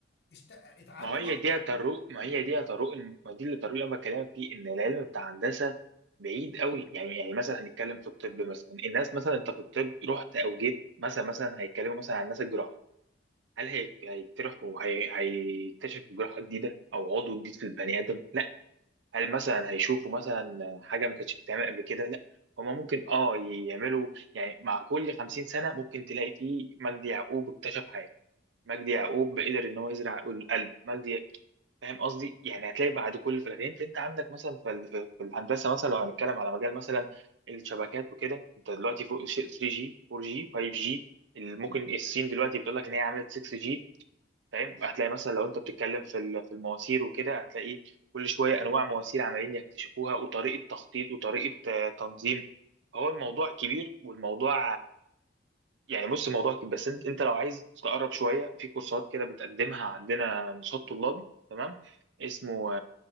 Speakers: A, on the left (about 55°); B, on the right (about 70°).
A: اشت... اتعلم
B: ما هي
A: اكتر
B: دي يا طارق ما
A: وارجع
B: هي دي يا طارق الم- ما دي اللي طارق اللي انا بكلمك فيه ان العلم بتاع هندسه بعيد قوي يعني يعني مثلا هنتكلم في الطب مثلا الناس مثلا انت في الطب رحت او جيت مثلا مثلا هيتكلموا مثلا عن الناس الجراح هل هي- هيجترحوا هي... هيكتشفوا جراحه جديده او عضو جديد في البني ادم لا هل مثلا هيشوفوا مثلا حاجه ما كانتش بتتعمل قبل كده لا هما ممكن اه يعملوا يعني مع كل 50 سنه ممكن تلاقي فيه مجدي يعقوب اكتشف حاجه مجدي يعقوب قدر ان هو يزرع القلب مجدي فاهم قصدي يعني هتلاقي بعد كل فلاتين انت عندك مثلا في ال- في في الهندسه مثلا لو هنتكلم على مجال مثلا الشبكات وكده انت دلوقتي فوق شيء 3G 4G 5G ال- ممكن الصين دلوقتي بتقول لك ان هي عملت 6G فاهم هتلاقي مثلا لو انت بتتكلم في ال- في المواسير وكده هتلاقي كل شويه انواع مواسير عمالين يكتشفوها وطريقه تخطيط وطريقه آه، تنظيم هو الموضوع كبير والموضوع يعني بص الموضوع كده بس انت انت لو عايز تقرب شويه في كورسات كده بتقدمها عندنا نشاط طلابي تمام اسمه